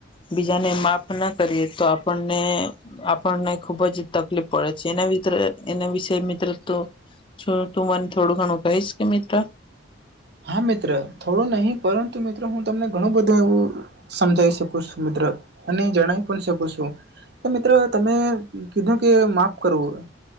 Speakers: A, on the left (about 25°); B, on the right (about 60°).
A: બીજાને માફ ના કરીએ તો આપણને- આપણને ખુબ જ તકલીફ પડે છે એને એના વિશે મિત્ર તો- શું તું મને થોડું ઘણું કહીશ કે મિત્ર?
B: હા મિત્ર થોડું નહી પરંતુ મિત્ર હું તમને ઘણું બધું એવું- સમજાવી શકુ છું મિત્ર અને જણાવી પણ શકુ છું. તો મિત્રો તમે કીધું કે માફ કરવું.